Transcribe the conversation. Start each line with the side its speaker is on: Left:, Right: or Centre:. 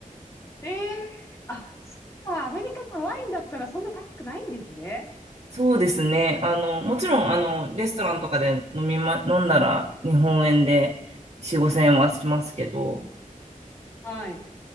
Left: ええあ、そっか。アメリカのワインだったらそんな高くないんですね。
Right: そうですね。あの、もちろん、あの、レストランとかで飲みま、飲んだら日本円で
Left: うんうん
Right: 4、5千円はしますけど、
Left: はい。